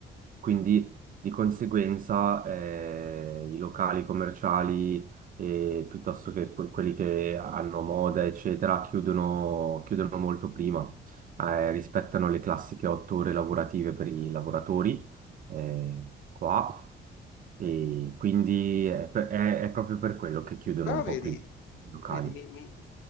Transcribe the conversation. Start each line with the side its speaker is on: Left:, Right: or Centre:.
Right: quindi di conseguenza eh, i locali commerciali eh, piuttosto che que- quelli che hanno moda, eccetera, chiudono, chiudono molto prima, eh, rispettano le classiche otto ore lavorative per i lavoratori eh, qua. E quindi è, per- è- è proprio per quello che chiudono
Left: Però
Right: un
Left: vedi,
Right: po' prima i locali.
Left: vedi, mi- mi-